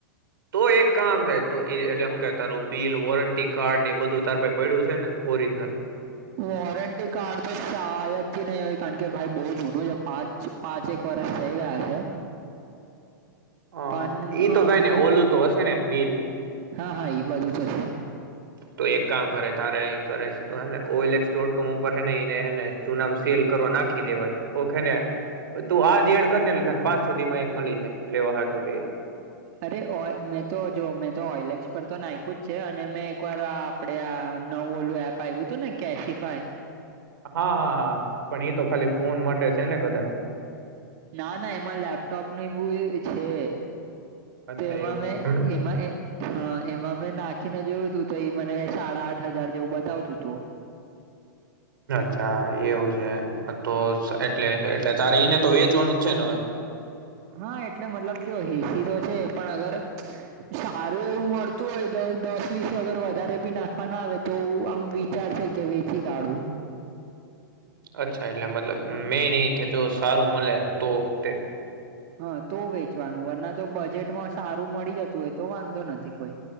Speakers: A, on the right; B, on the right.
A: તો એક કામ થાય તો એટલે શું કે તારું બિલ વોરંટી કાર્ડ ને એ બધું તાર પાય પડ્યું છે ને ઓરિજિનલ
B: વોરંટી કાર્ડ તો શાલથી નહી હોય કારણ કે ભાઈ બહ જૂનું છે પાંચ પાંચ એક એક વરષ થઈ ગયા છે
A: હ
B: પણ
A: ઈ
B: હા
A: તો કઈ
B: બિલ
A: ને ઓલું તો હશે ને બિલ
B: હા હા ઈ બધુ તો છે
A: તો એક કામ કરે તારે એ કરે છે તોને ઓએલેક્સ ડોટ કોમ ઉપર હેને ઈને હેને જૂનામાં સેલ કરવા નાખી દેવાય ઓકે ને તું આજ એડ કરીને લેતાને પાંચ સદીમાં એક મળી જાય લેવા હટું તૈયાર
B: અરે ઓર મેં તો જો મેં તો ઓઇલક્સ પર તો નાઇખું જ છે અને મેં એક વાર આપડે આ નવ ઓલું એપ આવ્યું હતું ને કેશિફાઈ
A: હા હા હા પણ એ તો ખાલી ફોન માટે છે ને કદાચ
B: ના ના એમાં લેપટોપને એવું છે
A: અચ્છા
B: તો એમાં
A: એવું
B: મેં
A: છે.
B: એમાં એ હા એમાં મેં નાખીને જોવું તું તો એ મને કઈ સાડા આઠ હજાર જેવું બતાવતું તું
A: અચ્છા એવું છે તો એટલે એટલે તારે એને તો એચવાનું જ છે ને હવે
B: હા એટલે મતલબ જો હેસી તો છે પણ અગર સારું એવું મળતું હોય દસ વીસ વગર વધારે બી નાખવા ના આવે તો આમ વિચાર કે વેચી કાઢું
A: હ અચ્છા એટલે મતલબ મેન એઈ કે જો સારું મળે તો તે
B: હા તો વેચવાનું વરના તો બજેટમાં સારું મળી જતું હોય તો વાંધો નથી કોઈ